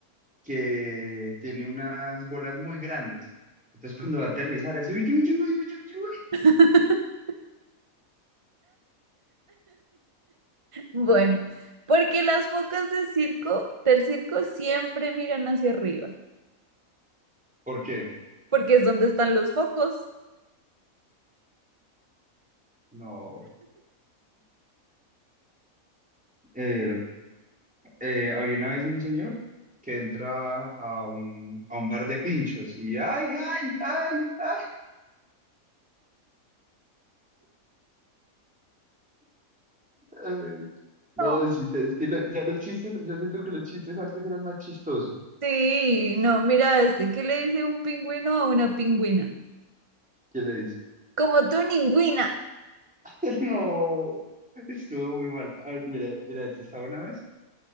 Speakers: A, in the centre; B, on the right.
A: que tiene unas bolas muy grandes. Entonces <laughs> cuando va a aterrizar, así, uy, uy, uy, uy, uy, uy.
B: <laughs> Bueno, porque las focas de circo, del circo siempre miran hacia arriba,
A: ¿Por qué?
B: porque es donde están los focos.
A: No. Eh, eh, había una vez un señor que entra a un, a un bar de pinchos y ¡ay, ay, ay, ay! ay. No,
B: No.
A: es, es que lo- ya los chistes, yo siento que los chistes antes eran más chistosos.
B: Sí, no, mira este, ¿qué le dice un pingüino a una pingüina?
A: ¿Qué le dices?
B: Como tu ningüina.
A: <laughs> No, estuvo muy mal. A ver, mira, mira, esto estaba una vez.